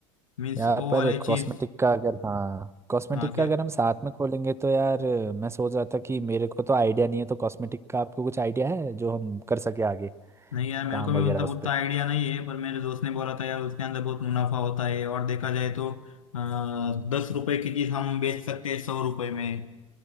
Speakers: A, on the left (about 80°); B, on the right (about 15°).
A: मीन्स
B: यार
A: वो
B: पर
A: वाले
B: कॉस्मेटिक
A: चीज
B: का अगर हाँ कॉस्मेटिक
A: हाँ क्या
B: का अगर हम साथ में खोलेंगे तो यार मैं सोच रहा था कि मेरे को तो आइडिया नहीं है तो कॉस्मेटिक का आपको कुछ आइडिया है जो हम कर सके आगे
A: नहीं यार मेरे
B: काम
A: को भी
B: वगैरह
A: मतलब
B: उस
A: उतना
B: पे
A: आइडिया नहीं है पर मेरे दोस्त ने बोला था यार उसके अंदर बहुत मुनाफा होता है और देखा जाए तो आ, दस रुपए की चीज हम बेच सकते हैं सौ रुपए में